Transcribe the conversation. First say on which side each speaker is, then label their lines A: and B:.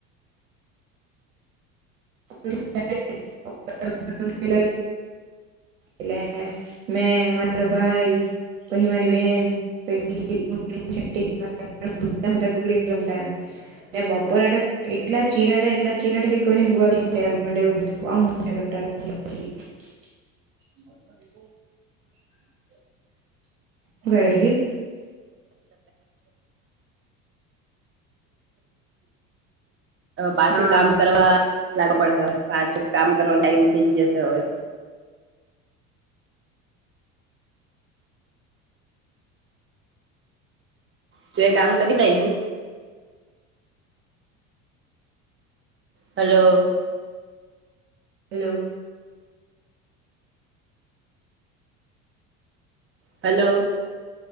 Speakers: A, on the right; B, on the right.
A: <inaudible> એટલે મેં મારો ભાઈ પછી મારી બેન પહિ <unintelligible> હંતાકુકડી રમતા એમ ને બપોર તો એટલા ચીરાતા એટલા ચીરાતા કે કોઈને હુંવા બી <inaudible> <inaudible> હુ કરે બીજું
B: પાછું
A: હા
B: કામ કરવા લાગુ પડે હવે પાછું કામ કરવાનો ટાઈમ થઈ જશે હવે તું એ કામ કરી દાય હું હલો
A: હેલો
B: હલો